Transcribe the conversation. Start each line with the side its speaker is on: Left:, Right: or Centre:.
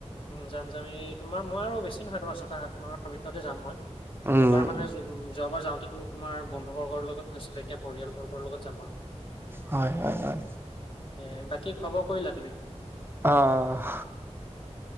Left: উম, যাম, যাম, এই তোমাৰ মই আৰু বেছি নহয় তোমাৰ ছটা সাত মাহৰ ভিতৰতে যাম মই।
Right: উম
Left: এবাৰ মানে যোৱাবাৰ যাওঁতেটো তোমাৰ বন্ধু বৰ্গৰ লগত গৈছিলো এতিয়া পৰিয়ালবৰ্গৰ লগত যাম বাৰু।
Right: হয়, হয়, হয়।
Left: এয়াই বাকী খোৱা বোৱা কৰিলা তুমি?
Right: অহ।